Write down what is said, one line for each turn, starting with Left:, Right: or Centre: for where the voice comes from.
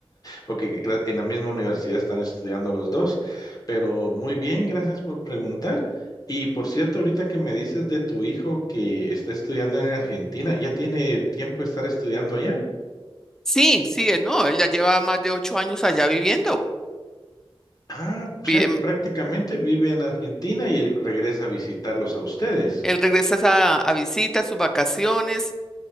Left: porque gra- en la misma universidad están estudiando los dos. Pero muy bien, gracias por preguntar. Y por cierto, ahorita que me dices de tu hijo que está estudiando en Argentina, ¿ya tiene tiempo de estar estudiando allá?
Centre: Sí, sí, él no, él ya lleva más de ocho años allá viviendo.
Left: Ah,
Centre: Bien,
Left: o sea que prácticamente vive en Argentina y regresa a visitarlos a ustedes.
Centre: él regresa es a, a visitas, sus vacaciones.